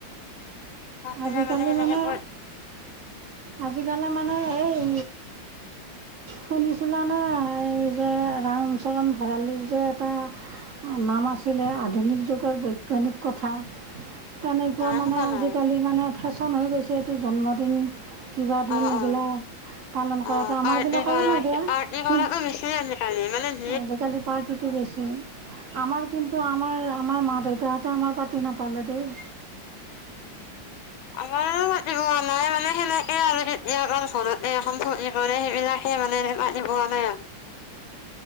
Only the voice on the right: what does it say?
আজিকালি
মানে
আজিকালি মানে এই শুনিছিলানে যে ৰামচৰণ ভঁৰালি যে এটা নাম আছিলে আধুনিক যুগৰ বৈজ্ঞানিক কথা, তেনেকুৱা
মানে
আজিকালি
মানে ফেশ্বন হৈ গৈছে এইটো জন্মদিন কিবা দিন
এইগিলা
পালন কৰাটো
আমাৰবিলাকৰো
লাগে
কিন্তু
আজিকালি পাৰ্টিটো বেছি, আমাৰ কিন্তু আমাৰ আমাৰ মা দেউতাহঁতে আমাৰ পাতি নাপালে দেই।